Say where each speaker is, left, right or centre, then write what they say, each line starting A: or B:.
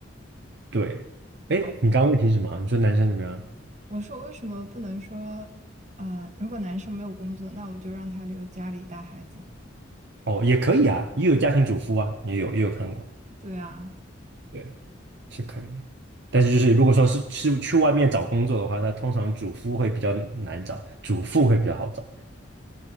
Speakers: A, on the right (about 60°); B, on the right (about 35°).
A: 对，哎，
B: 好。
A: 你刚刚问题是什么啊？你说男生怎么样？
B: 我说为什么不能说，呃，如果男生没有工作，那我就让他留家里带孩子。
A: 哦，也可以啊，也有家庭主妇啊，也有也有看过，
B: 对啊，
A: 对，是可以的但是就是如果说是是去外面找工作的话，那通常主夫会比较难找，主妇会比较好找。